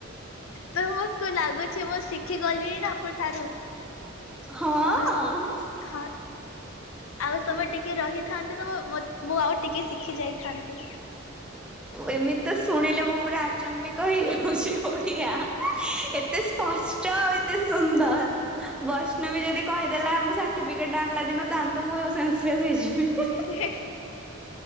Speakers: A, on the left; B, in the centre.
A: ତମକୁ ଲାଗୁଛି ମୁଁ ଶିଖି ଗଲିଣି ନା ଆପଣ ଠାରୁ?
B: ହଁ।
A: ଆମ ହଁ ଆଉ ତମେ ଟିକେ ରହିଥାନ୍ତେ ତମ ମୁଁ ଆଉ ଟିକେ ଶିଖି ଯାଇଥାନ୍ତି।
B: ଏମିତି ତ ଶୁଣିଲେ ମୁ ପୁରା ଆଚମ୍ବିକ ହେଇଯାଉଛି ଓଡିଆ। ଏତେ ସ୍ପଷ୍ଟ ଆଉ ଏତେ ସୁନ୍ଦର। ବୈଷ୍ଣବୀ ଯଦି କହିଦେଲା ଆମ ସାର୍ଟିଫିକେଟ୍ ଆଣିଲା ଦିନ ତାହେଲେ ତ ମୁଁ ସେନ୍ସଲେସ ହେଇଯିବି।
A: <inaudible>